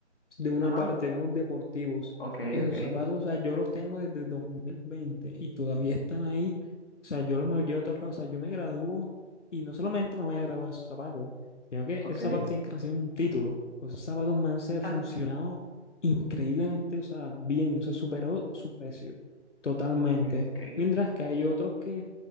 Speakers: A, on the left; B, on the left.
A: de una
B: ajá,
A: parte, unos deportivos.
B: ok,
A: Esos
B: ok,
A: zapatos, o sea, yo los tengo desde 2020 y todavía están ahí. O sea, yo los me los llevo a todos lados. O sea, yo me gradúo y no solamente me voy a graduar en esos zapatos, sino que
B: ok,
A: esos zapatos tienen que recibir un título. O esos zapatos me han ser-
B: ah,
A: funcionado increíblemente, o sea, bien, o sea, superó su precio totalmente.
B: ok, ok,
A: Mientras que hay otros que,